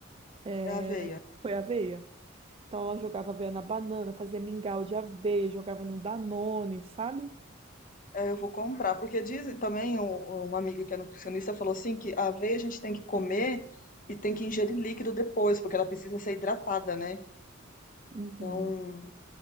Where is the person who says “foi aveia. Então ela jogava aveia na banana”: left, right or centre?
Right